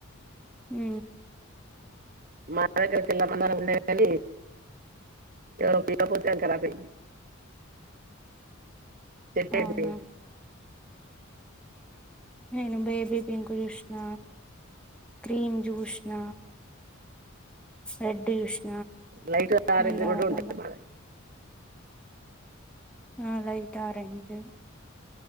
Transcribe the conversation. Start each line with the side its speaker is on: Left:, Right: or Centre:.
Centre: హు
Right: మా దగ్గర పిల్ల మందారం ఉండేది కాని ఎవరు పీక్కుపోతే అది కరాబ్ అయింది చెప్పేది
Centre: అవునా నేను బేబీ పింక్ చూసిన క్రీమ్ చూసిన రెడ్ చూసిన
Right: లైట్ ఆరెంజ్
Centre: మందారాలలో
Right: కూడా ఉంటాంది మా
Centre: ఆ లైట్ ఆరెంజ్